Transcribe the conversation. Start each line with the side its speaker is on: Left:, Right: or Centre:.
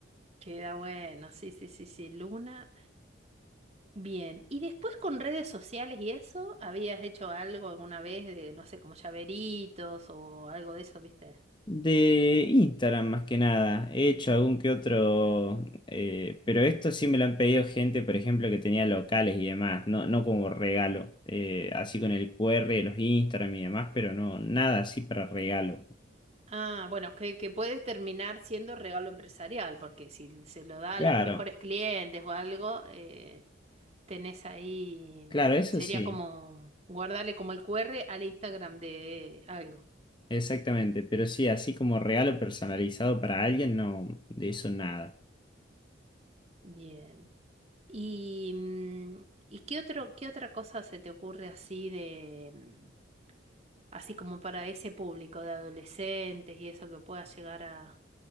Right: Queda bueno. Sí, sí, sí, sí. Luna Bien, y después con redes sociales y eso, ¿habías hecho algo alguna vez de, no sé, como llaveritos o algo de eso, viste?
Left: De Instagram más que nada. He hecho algún que otro, eh, pero esto sí me lo han pedido gente, por ejemplo, que tenía locales y demás, no, no como regalo, eh, así con el QR de los Instagram y demás, pero no, nada así para regalo.
Right: Ah, bueno, que, que puede terminar siendo regalo empresarial, porque si se lo da
Left: Claro,
Right: a los mejores clientes o algo, eh, tenés ahí,
Left: claro,
Right: mm,
Left: eso
Right: sería
Left: sí,
Right: como guardarle como el QR al Instagram de algo.
Left: exactamente, pero sí, así como regalo personalizado para alguien, no, de eso nada.
Right: Bien. ¿Y, mm, ¿y qué otro, qué otra cosa se te ocurre así de... mm, así como para ese público de adolescentes y eso que pueda llegar a...